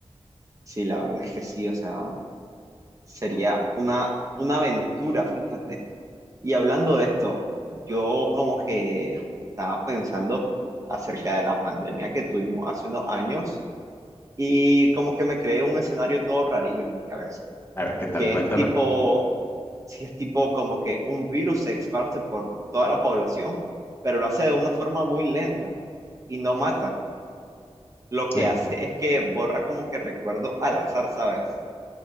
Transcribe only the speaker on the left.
A ver, ¿qué tal?
Cuéntame.
Eh,